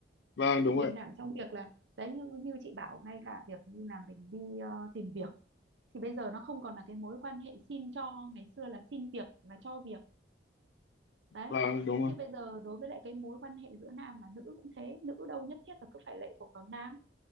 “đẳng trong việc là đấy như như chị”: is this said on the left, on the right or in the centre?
Right